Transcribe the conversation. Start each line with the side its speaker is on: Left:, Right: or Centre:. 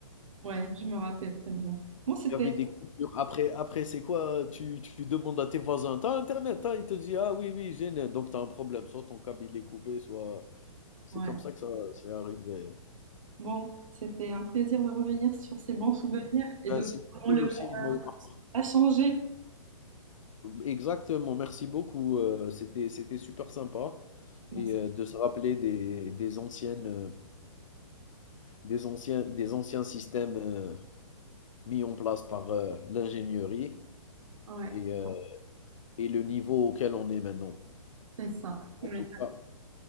Right: ouais, je me rappelle très bien. Bon, c'était,
Left: Il y avait des coupures. Après après, c'est quoi? Tu tu demandes à tes voisins: t'as internet, hein?» Il te dit: «Ah oui, oui, j'ai net». Donc t'as un problème, soit ton câble il est coupé, soit C'est
Right: ouais.
Left: comme ça que ça c'est arrivé.
Right: Bon, c'était un plaisir de revenir sur ces bons souvenirs et
Left: Bah,
Right: de voir
Left: c'était
Right: comment
Left: cool
Right: le
Left: aussi
Right: monde
Left: de mon part.
Right: a changé.
Left: Exactement, merci beaucoup, heu, c'était c'était super sympa
Right: Bon,
Left: et heu, de se rappeler des des anciennes, heu, des anciens des anciens systèmes, heu, mis en place par, heu, l'ingénierie
Right: Ouais,
Left: et heu et le niveau auquel on est maintenant.
Right: c'est ça.
Left: En
Right: ouais.
Left: tout cas,